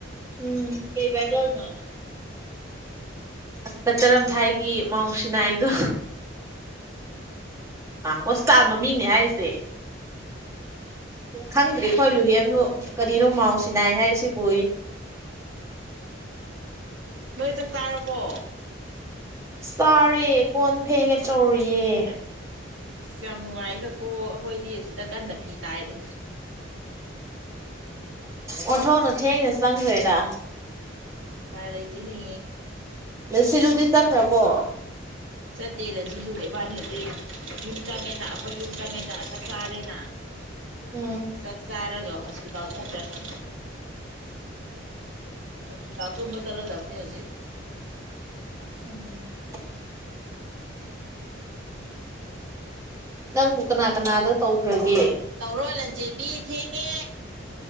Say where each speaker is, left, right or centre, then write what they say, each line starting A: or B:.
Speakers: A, on the right (about 15°); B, on the right (about 75°).
A: ꯎꯝ ꯀꯩ ꯒꯔꯅꯣ ꯑꯁ ꯀꯔꯝꯊꯥꯏꯒꯤ ꯃꯥꯎ ꯁꯤꯅꯥꯏꯗꯣ ꯍꯣꯁꯄꯤꯇꯥꯜ ꯃꯃꯤꯡꯅꯦ ꯍꯥꯏꯔꯤꯁꯦ ꯈꯪꯗ꯭ꯔꯤ ꯑꯩꯈꯣꯏ ꯂꯨꯍꯦꯟꯂꯨ ꯀꯔꯤꯅꯣ ꯃꯥꯎꯟ ꯁꯤꯅꯥꯏ ꯍꯥꯏꯁꯤꯕꯨ
B: ꯍꯣꯏ ꯇ ꯆ ꯕ
A: ꯆꯥꯔꯤ ꯀꯣꯟ ꯐꯦꯡꯉꯦ ꯆꯧꯔꯤꯌꯦ
B: ꯌꯥꯝ ꯅꯨꯡꯉꯥꯏꯗꯀꯣ ꯑꯩꯈꯣꯏꯗꯤ ꯁꯤꯗ ꯀꯟꯅ ꯐꯤ ꯇꯥꯏꯔꯤ
A: ꯑꯣꯟꯊꯣꯛꯅ ꯊꯦꯡꯅ ꯆꯪꯈ꯭ꯔꯦꯗ
B: ꯄꯥꯏꯗꯩꯇꯦꯅꯤ
A: ꯅ ꯁꯤꯜꯂꯨꯗꯤ ꯆꯠꯈ꯭ꯔꯕꯣ
B: ꯆꯠꯇꯦꯅ ꯁꯤꯜꯂꯨꯔꯦ ꯏꯕꯥꯅꯤ ꯍꯧꯖꯤꯛ ꯌꯨꯝ ꯆꯪꯉꯦꯅ ꯑꯩꯈꯣꯏ ꯌꯨꯝ ꯆꯪꯉꯦꯅ ꯆꯞ ꯆꯥꯔꯦꯅ
A: ꯎꯝ
B: ꯆꯥꯛ ꯆꯥꯔꯒ ꯍꯣꯁꯄꯤꯇꯥꯜ ꯊꯣꯛꯈꯂ꯭ꯔꯅꯤ ꯍꯤꯗꯥꯎ ꯇꯨꯝꯕ ꯆꯠꯂꯗꯕꯅꯤ ꯍꯧꯖꯤꯛ
A: ꯎꯝ ꯅꯪꯕꯨ ꯀꯅꯥ ꯀꯅꯥꯗ ꯇꯧꯈ꯭ꯔꯒꯦ
B: ꯇꯧꯔꯣ ꯂꯟꯖꯦꯟꯕꯤ ꯊꯦꯡꯉꯦ